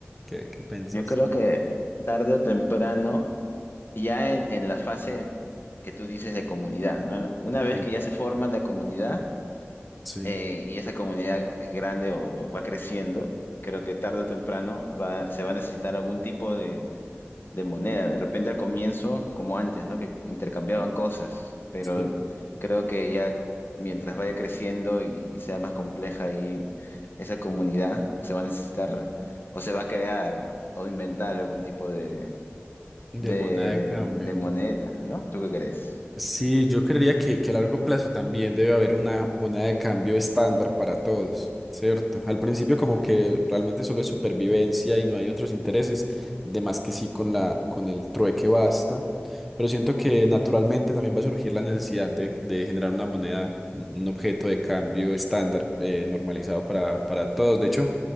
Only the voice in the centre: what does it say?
¿Qué, qué piensas?
Sí.
Sí.
Sí.
De
moneda de cambio.
Sí, yo creería que, que a largo plazo también debe haber una moneda de cambio estándar para todos, ¿cierto? Al principio como que realmente solo es supervivencia y no hay otros intereses, de más que sí con la, con el trueque basta, pero siento que naturalmente también va a surgir la necesidad de, de generar una moneda, un un objeto de cambio estándar eh, normalizado para, para todos. De hecho,